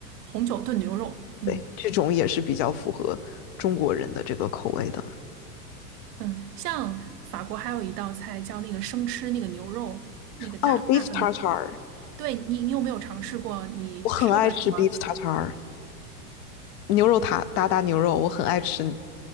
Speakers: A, on the right (about 70°); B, on the left (about 40°).
A: 红酒炖牛肉，嗯
B: 对，这种也是比较符合中国人的这个口味的。
A: 嗯，像法国还有一道菜叫那个生吃那个牛肉，那个大大和那个，
B: 哦，beef tartar，
A: 对你，你有没有尝试过？你受得了吗？
B: 我很爱吃 beef tartar，牛肉塔达达牛肉，我很爱吃。